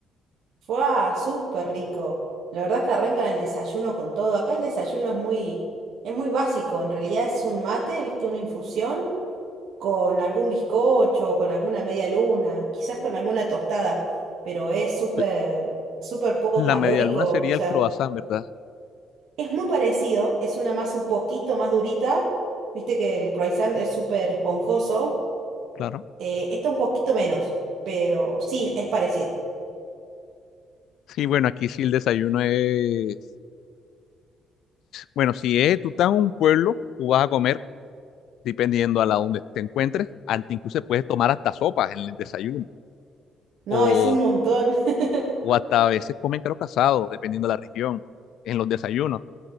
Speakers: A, on the right (about 65°); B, on the left (about 70°).
A: fue súper rico. La verdad es que arrancan el desayuno con todo. Acá el desayuno es muy, es muy básico. En realidad es un mate, viste, una infusión con algún bizcocho, con alguna media luna, quizás con alguna tostada, pero es súper,
B: L-
A: súper poco
B: La
A: calórico.
B: media luna sería
A: O sea,
B: el croissant, ¿verdad?
A: es muy parecido, es una masa un poquito más durita. Viste que el croissant es súper esponjoso.
B: Claro.
A: Eh, está un poquito menos, pero sí, es parecido.
B: Sí, bueno, aquí sí el desayuno es Bueno, si es, tú estás en un pueblo, tú vas a comer, dependiendo a la donde te encuentres, ante incluso puedes tomar hasta sopas en el desayuno,
A: No,
B: o,
A: es un montón. <laughs>
B: o hasta a veces comen caro casado, dependiendo de la región, en los desayunos.